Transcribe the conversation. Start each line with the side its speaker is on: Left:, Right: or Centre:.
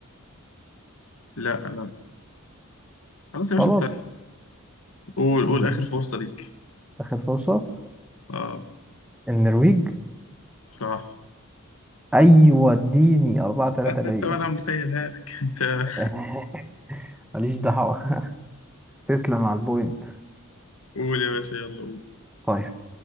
Left: لا لا خلاص يا باشا
Centre: خلاص
Left: انت قول
Centre: مم.
Left: قول اخر فرصه ليك
Centre: آخر فرصة
Left: اه
Centre: النرويج
Left: صح
Centre: أيوة اديني أربعة تلاتة
Left: انت
Centre: ليا
Left: انت وانا مسهلها لك <laughs> انت
Centre: <laughs> ماليش دعوة <laughs> تسلم على البوينت
Left: قول يا باشا يلا قول
Centre: طيب